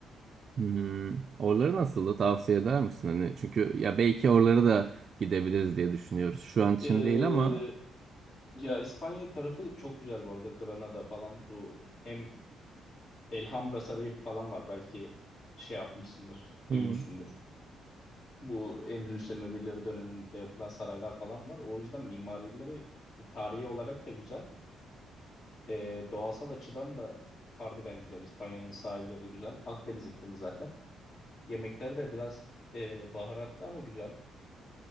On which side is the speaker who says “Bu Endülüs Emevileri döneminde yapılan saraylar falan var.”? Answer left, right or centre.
Left